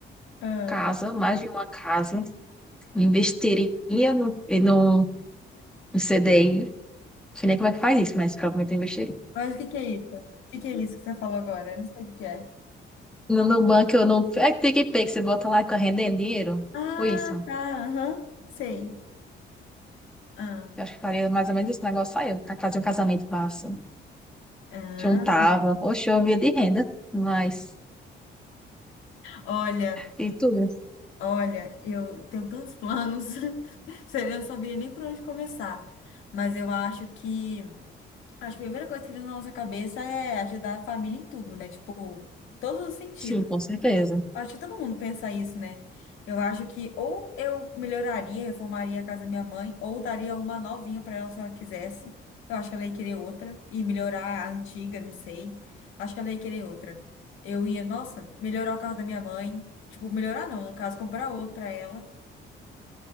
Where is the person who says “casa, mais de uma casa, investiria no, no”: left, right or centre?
Centre